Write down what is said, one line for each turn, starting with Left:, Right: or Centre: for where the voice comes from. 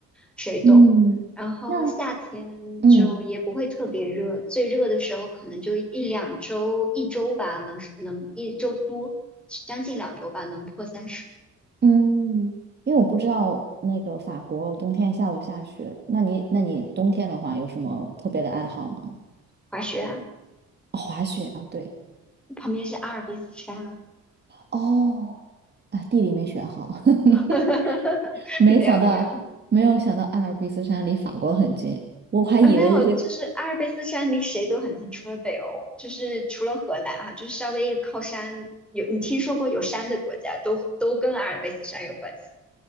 Centre: 谁懂？
Right: 嗯，
Centre: 然后夏天就也不会特别热，
Right: 那嗯
Centre: 最热的时候可能就一两周，一周吧，能能一周多，将近两周吧，能破三十。
Right: 嗯，因为我不知道那个法国冬天下不下雪，那你那你冬天的话有什么特别的爱好吗？
Centre: 滑雪啊，
Right: 哦滑雪啊，对。
Centre: 旁边是阿尔卑斯山
Right: 哦，啊，地理没学好，<laughs>
Centre: 啊，<laughs>
Right: 没想到，
Centre: 没有没有
Right: 没有想到阿尔卑斯山离法国很近，我还以为是
Centre: 啊没有，就是阿尔卑斯山离谁都很近，除了北欧，就是除了荷兰啊，就是稍微靠山有你听说过有山的国家都都跟阿尔卑斯山有关系，